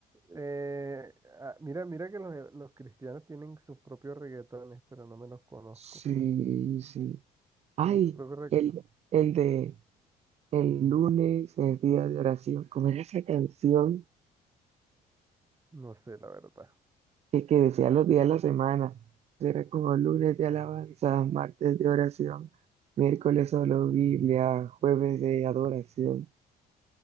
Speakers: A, on the right; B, on the right.
A: Eh, ah, mira, mira que los, los cristianos tienen sus propios reggaetones, pero no me los conozco.
B: Sí, sí. Ay,
A: Tienen su propio reg-
B: el, el de el lunes es día de oración. ¿Cómo era esa canción
A: No sé, la verdad.
B: que, que decía los días de la semana? Era como lunes de alabanza, martes de oración, miércoles solo Biblia, jueves de adoración.